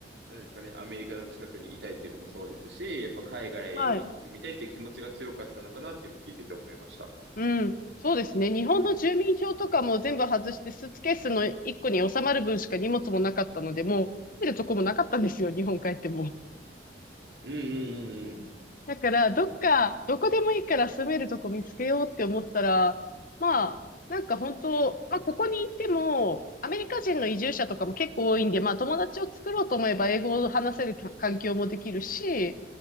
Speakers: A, on the right; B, on the left.
A: う、なんですかね、アメリカの近くにいたいっていうのもそうですし、やっぱ海外に住みたいっていう気持ちが強かったのかなって今聞いてて思いました。
B: はい。うん。そうですね。日本の住民票とかも全部外して、スーツケースの一個に収まる分しか荷物もなかったので、もう住めるとこもなかったんですよ、日本帰っても。
A: うんうん
B: だから、どっか、どこでもいいから住めるとこ見つけようって思ったら、まあ、なんか本当、まあ、ここに行っても、アメリカ人の移住者とかも結構多いんで、まあ、友達を作ろうと思えば英語を話せる環境もできるし、